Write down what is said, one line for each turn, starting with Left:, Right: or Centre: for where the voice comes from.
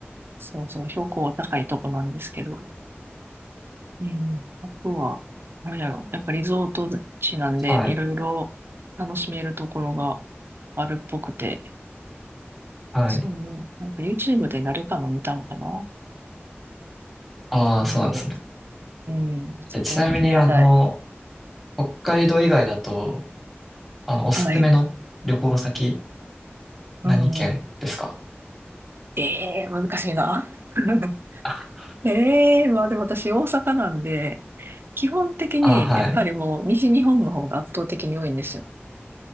Right: そうそう、標高高いとこなんですけど、うん、あとは、なんやろ、やっぱリゾート地なんで、
Centre: はい。
Right: いろいろ楽しめるところがあるっぽくて、
Centre: はい。
Right: そう、なんか YouTube で誰かの見たんかな
Centre: ああ、
Right: そ
Centre: そうなんですね。
Right: う、うん、そこ行ってみたい。
Centre: え、ちなみに、あの、北海道以外だと、あの、おすすめの旅行先、
Right: はい。うんうん。
Centre: 何県ですか
Right: ええー、難しいな。<laughs>
Centre: あ、
Right: ええまあでも私大阪なんで、基本的にやっぱりもう西日本の方が圧倒的に多いんですよ。
Centre: あはい。